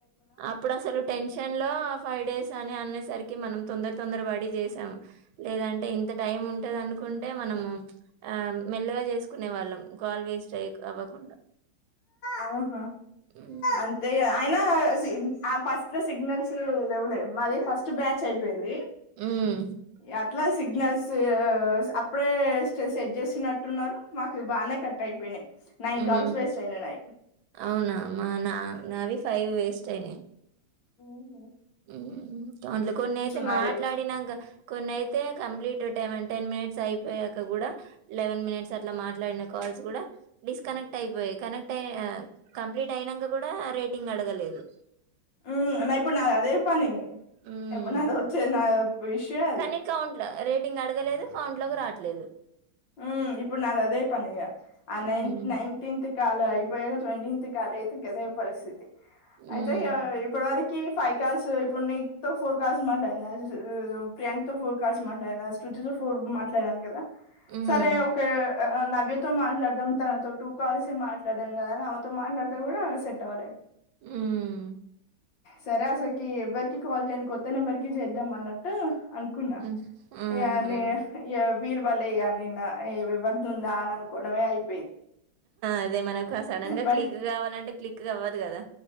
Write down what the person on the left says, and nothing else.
అహ
అంతే ఇగ అయనా సి అ ఫస్ ట్ల సిగ్నల్స్ లేవ్వులే మాది ఫస్ట్ బ్యాచ్ అయిపోయింది
ఆట్లా సిగ్నల్సు అప్పుడే స్ సెట్ జేస్తునట్టున్నారు మాకు బానే కట్ అయిపోయినయ్ నైన్
కాల్స్ వేస్ట్ అయినాయి నాయి
ఉ హు
నాయే
హు మ్ నాది నా ఇప్పుడు నాది అదే పని
ఎప్పుడు నా వచ్చేది నా ఇష్యూ ఏ అది
ఉ ఇప్పుడు నాది అదే పని ఇగ ఆ
నైన్ నైన్టీన్త్ కాల అయిపోయాక ట్వంటీన్త్ కాలి అయితే గదే పరిస్థితి
అయితే ఇగ ఇప్పటి వర కి ఫైవ్ కాల్స్ ఇప్పుడు నీతో ఫోర్ కాల్స్ మాట్లాడిన ప్రియాంకతో ఫోర్ కాల్స్ మాట్లాడినా శృ తు తో ఫోర్ మాట్లాడాను కదా
సరే ఒకె ఆ నవ్యతో మాట్లాడదాం తనతో టూ కాల్సి మాట్లాడాను కదా అని ఆమెతో మాట్లాడతా కూడా సెట్ అవ్వలే
సరే అసలుకి ఎవ్వరికి కాల్ చేయ్యనికి కొత్త నెంబర్కి చేద్దాం అన్నట్టు అనుకున్నా
ఇగ
నే ఇగ వీలు భల్లే ఇగ నిన్న ఏవరిదుందా అని అనుకోవడమే అయి
మా